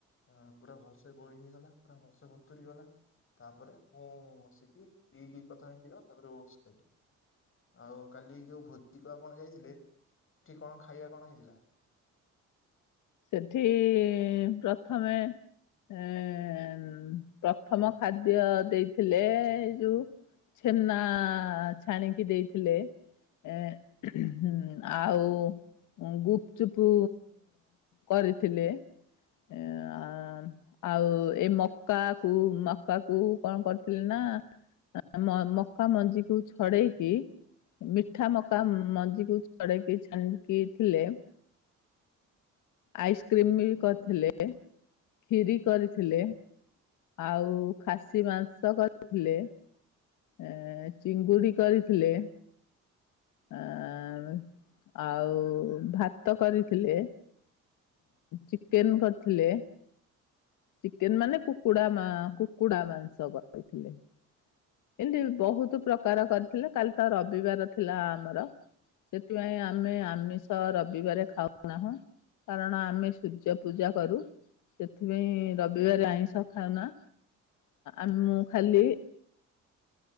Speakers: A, on the left; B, on the left.
A: ଆ ପୁରା ଭଲସେ ଗୋଳି ହେଇଗଲା ପୁରା ଭଲସେ ବତୁୁରୀ ଗଲା ତାପରେ ମୁଁ ବସିକି ପିଇଲି ପ୍ରଥମେ କ୍ଷୀର ତାପରେ ଓର୍ଟସ ଖାଇଲି। ଆଉ କାଲି ଯୋଉ ଭୋଦିକୁ ଆପଣ ଯାଇଥିଲେ ସେଠି କଣ ଖାଇବା କଣ ହେଇଥିଲା?
B: ସେଠି ପ୍ରଥମେ ଏଁ ପ୍ରଥମ ଖାଦ୍ୟ ଦେଇଥିଲେ ଏ ଯୋଉ ଛେନା ଛାଣିକି ଦେଇଥିଲେ ଏଁ ଆଉ ଗୁପଚୁପୁ କରିଥିଲେ ଏଁ ଆଁ ଆଉ ଏ ମକା କୁ ମକା କୁ କଣ କରିଥିଲେ ନା ଆ ଆ ମକା ମଞ୍ଜିକୁୁ ଛଡେଇକି ମିଠା ମକା ମଞ୍ଜିକୁ ଛଡେଇକି ଛାଣିକି ଦେଇଥିଲେ ଆଇସ୍କ୍ରିମ ବି କରିଥିଲେ। ଖିରି କରିଥିଲେ ଆଉ ଖାସି ମାଂସ କରିଥିଲେ। ଏ ଚିଙ୍ଗୁଡି କରିଥିଲେ। ଆଁ ଆଉ ଭାତ୍ ଭାତ କରିଥିଲେ ଚିକେନ୍‌ କ ଥିଲେ ଚିକେନ ମାନେ କୁକୁଡା କୁକୁଡା ମାଂସ କରି ଦେଇଥିଲେ। ଏମିତି ବହୁତ ପ୍ରକାର କରିଥିଲେ କାଲି ତ ରବିବାର ଥିଲା ଆମର। ସେଥିପାଇଁ ଆମେ ଆମିଷ ରବିବାର ଖାଉନାହୁଁ। କାରଣ ଆମେ ସୂର୍ଯ୍ୟ ପୂଜା କରୁ। ସେଥିପାଇଁ ରବିବାର ଆଇଁଷ ଖାଉନା ଆମ ମୁଁ ଖାଲି